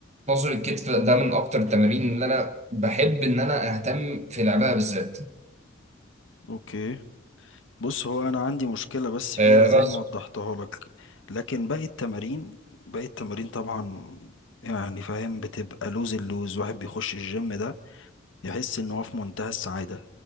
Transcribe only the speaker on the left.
اوكي بص هو انا عندي مشكله بس
فيها زي
ما وضحتها لك لكن باقي التمارين باقي التمارين طبعا يعني فاهم بتبقى لوز اللوز واحد بيخش الجيم ده يحس ان هو في منتهى السعاده